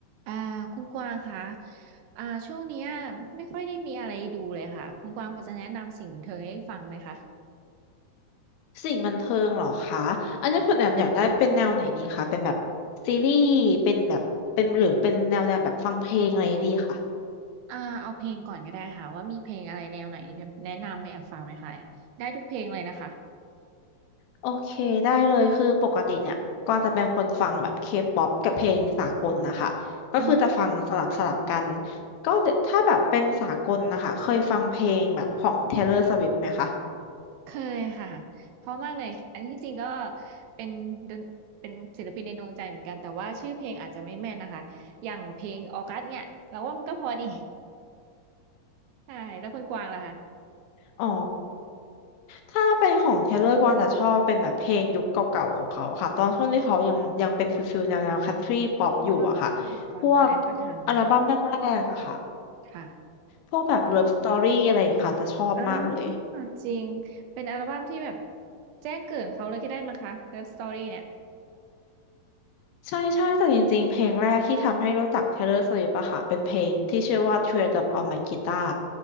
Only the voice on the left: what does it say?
สิ่งบันเทิงเหรอคะ อันนี้คุณแอมอยากได้เป็นแนวไหนดีคะ
เป็นแบบซีรีส์เป็นแบบเป็นหรือเป็นแนวแนวแบบฟังเพลงอะไรดีคะ
โอเคได้เลยคือปกติเนี่ยก็จะเป็นคนฟังแบบเคป๊อปกับเพลงสากลนะคะ ก็คือจะฟังสลับสลับกัน
ก็เดี๋ยวถ้าแบบเป็นสากลนะคะ เคยฟังเพลงแบบของ Taylor Swift ไหมคะ
อ๋อ ถ้าเป็นของเทเลอร์กวางจะชอบเป็นแบบเพลงยุคเก่าๆของเขาค่ะตอนช่วงที่เขายังยังเป็นฟิลฟิลแนวแนวคันทรีป๊อปอยู่อะค่ะ
พวกอัลบั้มแรกๆอะค่ะ
พวกแบบเลิฟสตอรี่อะไรอย่างเงี้ยค่ะจะชอบมากเลย
ใช่ใช่แต่จริงๆ เพลงแรกที่ทำให้รู้จัก Taylor Swift อะค่ะเป็นเพลงที่ชื่อว่า Teardrop on My Guitar